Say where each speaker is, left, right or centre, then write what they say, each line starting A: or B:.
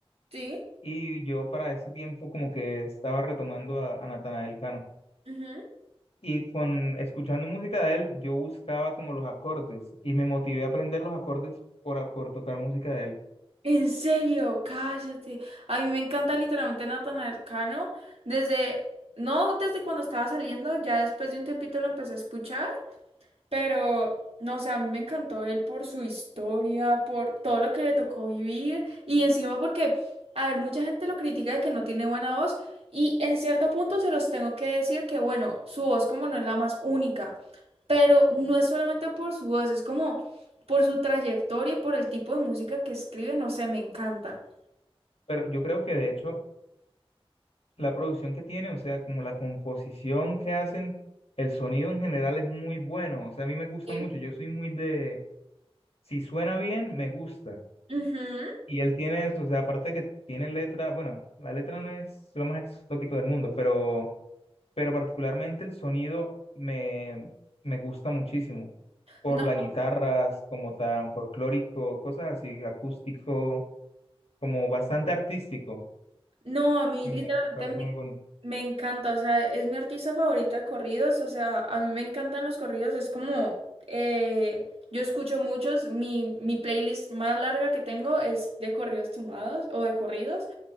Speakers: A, on the right; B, on the left.
A: sí.
B: y yo para ese tiempo como que estaba retomando a, a Natanael Cano.
A: ujú.
B: Y con escuchando música de él, yo buscaba como los acordes y me motivé a aprender los acordes por, a- por tocar música de él.
A: En serio, cállate. A mí me encanta literalmente Natanael Cano. Desde, no desde cuando estaba saliendo, ya después de un tiempito lo empecé a escuchar. Pero, no sé, a mí me encantó él por su historia, por todo lo que le tocó vivir y encima porque, a ver, mucha gente lo critica de que no tiene buena voz y en cierto punto se los tengo que decir que, bueno, su voz como no es la más única, pero no es solamente por su voz, es como por su trayectoria y por el tipo de música que escribe, no sé, me encanta.
B: Pero yo creo que de hecho la producción que tiene, o sea, como la composición que hacen, el sonido en general es muy bueno. O sea, a mí me gusta
A: Sí.
B: mucho. Yo soy muy de, si suena bien, me gusta.
A: Ujú.
B: Y él tiene eso, o sea, aparte de que tiene letra, bueno, la letra no es lo más exótico del mundo, pero pero particularmente el sonido me, me gusta muchísimo, por
A: No,
B: las guitarras, como tan folclórico, cosas así, acústico, como bastante artístico,
A: no, a mí
B: me
A: literalmente
B: parece
A: me
B: muy bonito.
A: Me encanta, o sea, es mi artista favorito de corridos, o sea, a mí me encantan los corridos, es como, eh, yo escucho muchos, mi, mi playlist más larga que tengo es de corridos tumbados o de corridos,